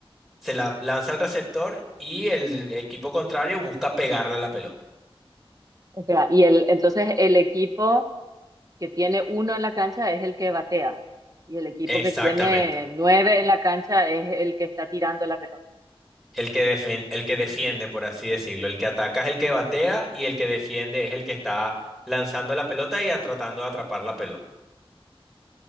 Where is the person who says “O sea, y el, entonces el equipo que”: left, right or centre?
Right